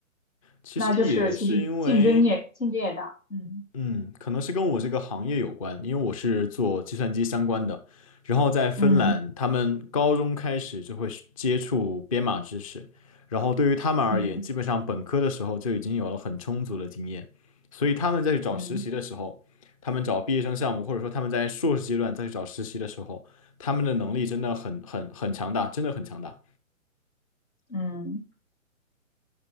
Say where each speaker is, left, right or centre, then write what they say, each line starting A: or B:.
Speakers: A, on the left (about 25°); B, on the left (about 85°).
A: 其实也是因为。
B: 那就是其实竞争也竞争也大，嗯
A: 嗯，可能是跟我这个行业有关，因为我是做计算机相关的。然后在芬兰，
B: 嗯
A: 他们高中开始就会是接触编码知识，然后对于他们而言，
B: 嗯
A: 基本上本科的时候就已经有了很充足的经验，所以他们再去找实习的时候，
B: 嗯
A: 他们找毕业生项目，或者说他们在硕士阶段再去找实习的时候，他们的能力真的很很很强大，真的很强大。
B: 嗯，